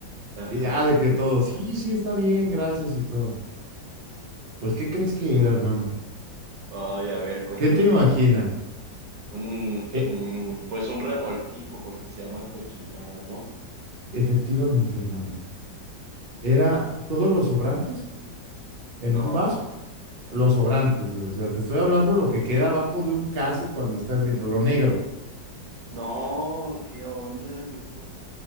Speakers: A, on the right; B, on the right.
A: Ajá.
B: y ya de que todo, sí, sí, está bien, gracias y todo. Pues, ¿qué crees que era, hermano?
A: Ay, a ver, cuéntame.
B: ¿Qué te imaginas?
A: Un,
B: E-
A: un- pues un revoltijo porque se llama cochinada, ¿no?
B: efectivamente, hermano. Era todos los sobrantes en
A: No.
B: un vaso, los sobrantes, güey. O sea, te estoy hablando lo que queda abajo de un caso cuando está hirviendo, lo negro.
A: No, ¿qué onda? No.